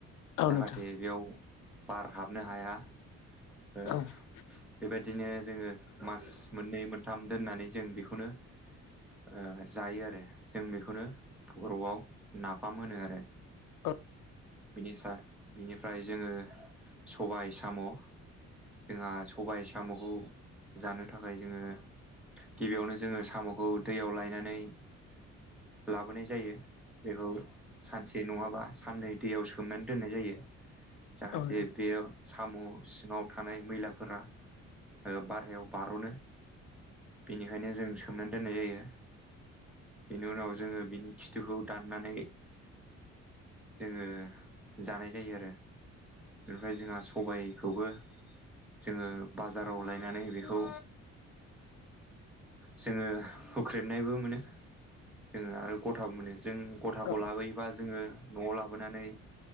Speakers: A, on the left; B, in the centre.
A: औ
B: जाहाथे
A: नोंथां
B: बेयाव बार हाबनो हाया ओ
A: औ नोंथां औ औ
B: बेबायदिनो जोङो मास मोननै मोन थाम दोननानै जों बेखौनो ओ जायो आरो जों बेखौनो बर'आव नाफाम होनो आरो
A: ओ
B: बिनिफा बिनिफ्राय जोङो सबाय साम' जोंहा सबाय साम'खौ जानो थाखाय जोङो गिबियावनो जोङो साम'खौ दैयाव लायनानै लाबोनाय जायो बेखौ सानसे नङाबा साननै दैयाव सोमनानै दोननाय जायो जाहाथे
A: नोंथां
B: बेयाव साम' सिङाव थानाय मैलाफोरा ओ बारहायाव बार'नो बेनिखायनो जों सोमनानै दोननाय जायो बेनि उनाव जोङो बिनि खिथुखौ दाननानै जोङो जानाय जायो आरो ओमफ्राय जोंहा सबाय खौबो जोङो बाजाराव लायनानै बेखौ जोङो हुख्रेबनायबो मोनो जोङो आरो गथाबो मोनो जों गथाखौ
A: औ
B: लाबोयोबा जोङो न'आव लाबोनानै